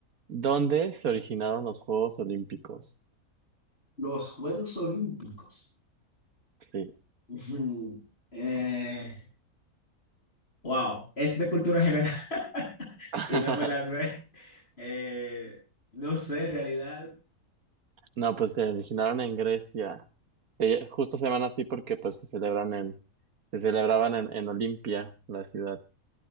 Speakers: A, on the right; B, on the left.
A: ¿Dónde se originaron los Juegos Olímpicos?
B: Los Juegos Olímpicos.
A: Sí.
B: Ujú. Eh, wow, es de cultura general <laughs>
A: <laughs>
B: y no me la sé. Eh, no sé, en realidad,
A: No, pues se originaron en Grecia. Eh, justo se llaman así porque pues se celebran en, se celebraban en, en Olimpia, la ciudad,